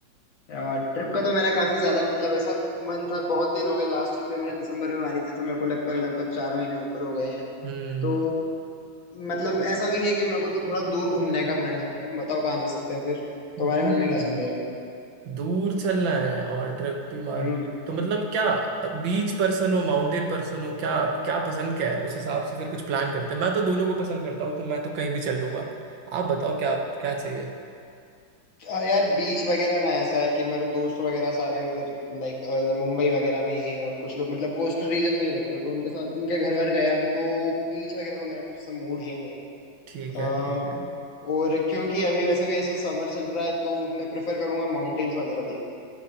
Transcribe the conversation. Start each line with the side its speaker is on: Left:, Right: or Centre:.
Left: ट्रिप का तो मेरा काफी ज्यादा मतलब ऐसा मन था बहुत दिन हो गए लास्ट ट्रिप पे मैंने दिसंबर में मारी थी तो मेरे को लगभग लगभग चार महीने ऊपर हो गए हैं
Right: हम्म
Left: तो मतलब ऐसा भी है कि मेरे को तो थोड़ा दूर घूमने का मन है तुम बताओ कहाँ जा सकते हैं फिर तुम्हारे
Right: दूर
Left: मन में क्या चल रहा है
Right: दूर चलना है और ट्रिप भी मार
Left: अभी
Right: तो मतलब क्या बीच पर्सन हो माउंटेन पर्सन हो क्या क्या पसंद क्या है उस हिसाब से फिर कुछ प्लान करते हैं मैं तो दोनों को पसंद करता हूँ तो मैं तो कहीं भी चल लूंगा आप बताओ क्या क्या चाहिए
Left: आ, यार बीच वगैरह ना ऐसा है कि मेरे दोस्त वगैरह सारे इधर लाइक मुंबई वगैरह में ही है और कुछ लोग मतलब कोस्टल रीजन में ही रहते हो तो उनके साथ उनके घर वर गया हूँ तो बीच वगैरह तो मेरा कुछ ऐसा मूड है नहीं
Right: ठीक
Left: आ,
Right: है ठीक है
Left: और क्योंकि अभी वैसे भी ऐसा समर चल रहा है तो मैं प्रेफर करूंगा माउंटेन्स वगैरह देखना